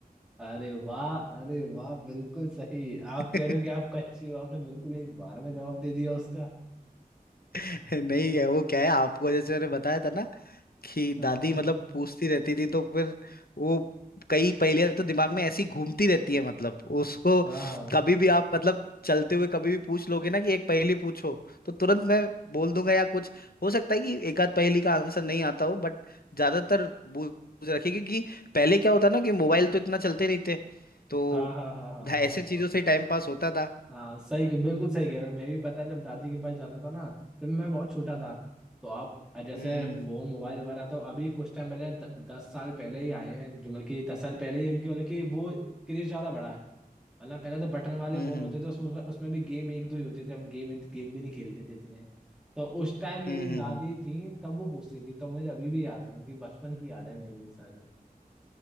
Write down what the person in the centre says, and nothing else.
अरे वाह अरे वाह बिल्कुल सही आप
कह रहे हो कि आप कच्चे हो आपने बिल्कुल एक बार में जवाब दे दिया उसका
हाँ
हाँ
हाँ हाँ हाँ हाँ हाँ हाँ
हाँ
हाँ,
हाँ, सही बिल्कुल सही कह रहे हो मैं भी पता है जब दादी के पास जाता था ना जब मैं बहुत छोटा था तो आप जैसे
फोन मोबाइल वगैरह तो अभी कुछ टाइम पहले द, दस साल पहले ही आए हैं जो मतलब कि दस साल पहले ही उनके मतलब कि वो क्रेज ज्यादा बढ़ा है वरना पहले तो बटन वाले
फोन
होते थे उसमें उसमें भी गेम एक दो ही होते थे हम गेम गेम भी नहीं खेलते थे इतने तो उस टाइम मेरी
दादी
थी तब वो पूछती थी तो मुझे अभी भी याद है मतलब कि बचपन की याद है मेरी ये सारी